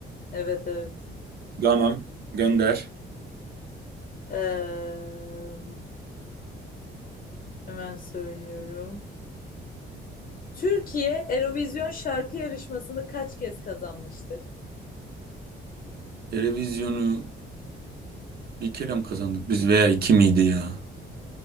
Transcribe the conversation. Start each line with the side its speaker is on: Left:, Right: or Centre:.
Left: Evet evet.
Right: Tamam. Gönder.
Left: Ee, hemen söylüyorum. Türkiye Eurovision şarkı yarışmasını kaç kez kazanmıştır?
Right: Televizyonu Bir kere mi kazandık biz veya iki miydi ya?